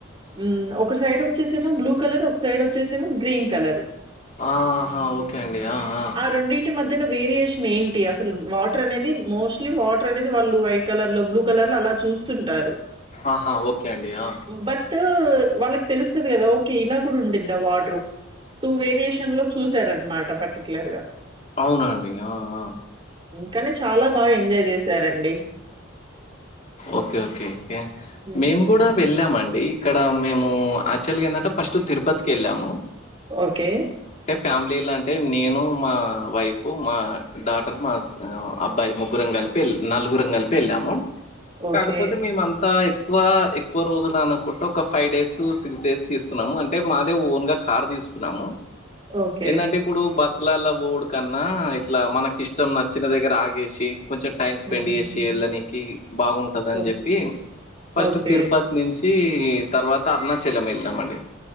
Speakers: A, on the right; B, on the left.
A: ఊ ఒక సైడ్ వచ్చేసేమో బ్లూ కలర్ ఒక సైడ్ వచ్చేసేమో గ్రీన్ కలర్
B: ఆహా ఓకే అండి ఆ ఆ
A: రెండిటి మధ్యలో వేరియేషన్ ఏంటి అసలు వాటర్ అనేది మోస్ట్లీ వాటర్ అనేది వాళ్ళు వైట్ కలర్ లో బ్లూ అలా చూస్తుంటారు
B: ఆహా ఓకే అండి ఆ
A: బట్ మ్మ్ వాళ్లకి తెలుస్తది కదా ఓకే ఇలా కూడా ఉండిద్దా వాటర్ టూ వేరియేషన్ లో చూస్ సర అనమాట పట్టికలర్గా
B: అవునండి ఆ ఆ
A: కానీ చాలా బాగా ఎంజాయ్ చేసారండి
B: ఓకే ఓకే ఓకే
A: హ్మ్.
B: మేము కూడా వెళ్ళామండి ఇక్కడ మేము యాక్చువల్గా ఏందంటే ఫస్ట్ తిరుపతికి వెళ్ళాము
A: ఓకే
B: ఫ్యామిలీలా అంటే నేను మా వైఫ్ మా డాటర్ మా అబ్బాయి ముగ్గురం గ కలిపి నలుగురుం కలిపి వెళ్ళాము
A: ఓకే.
B: కాకపోతే మేముంతా ఎక్కువ ఎక్కువ రోజులు అనుకుంటే ఒక ఫైవ్ డేస్ సిక్స్ డేస్ తీసుకున్నాము అంటే మాదే ఓన్ గా కార్ తీసుకు న్నాము
A: ఓకే.
B: ఏందంటే ఇప్పుడు బస్ ఇట్లాలా పోవుడు కన్నా ఇట్లా మనకి ఇష్టం నచ్చిన దగ్గర ఆగేసి కొంచెం టైం స్పెండ్
A: హ్మ్.
B: చేసి వెళ్ళడానికి బాగుంటది అని
A: ఓ
B: చెప్పి ఫస్ట్
A: ఓకే.
B: తిరుపతి నుంచి ఈ తర్వాత అరుణాచలం వెళ్లినమండి